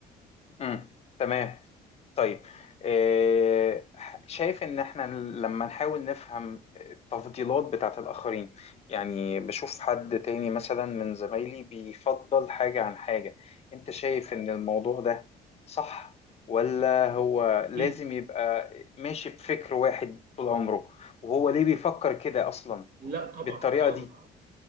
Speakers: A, on the left; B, on the right.
A: مم. تمام طيب آه، شايف ان احنا لما نحاول نفهم التفضيلات بتاعت الاخرين يعني بشوف حد تاني مثلا من زمايلي بيفضل حاجة عن حاجة انت شايف ان الموضوع ده صح ولا هو لازم
B: اكيد
A: يبقى ماشي بفكر واحد طول عمره وهو ليه بيفكر كده اصلا
B: لا
A: بالطريقة
B: طبعا اه
A: دي